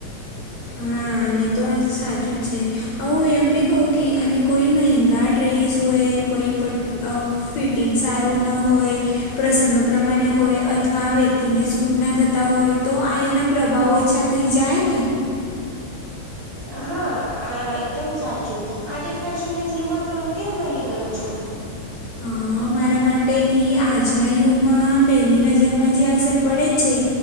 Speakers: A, on the left; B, on the right.
A: હા અને તો આજ સાચું જ છે. આવું એમ બી કહું કે અને કોઈ મહેંગા ડ્રેસ હોય કોઈ પ અ ફિટિંગ સારું ન હોય. પ્રસંગ પ્રમાણે હોય અથવા વ્યક્તિને સૂટ ના થતા હોય તો આ એના પ્રભાવો. થઈ જાયને.
B: હા આ એકદમ સાચું આજે ફેશન એટલે મહત્વનું કેમ બની ગયું છે. <inaudible>
A: હા મારા માટે કે આજના યુગમાં પહેલી નજરમાં જે અસર પડે જ છે.